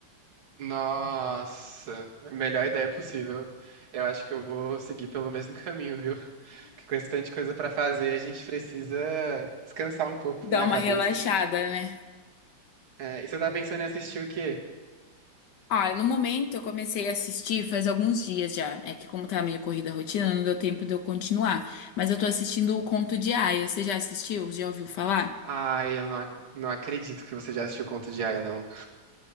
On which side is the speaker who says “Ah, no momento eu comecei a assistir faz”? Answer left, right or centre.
Left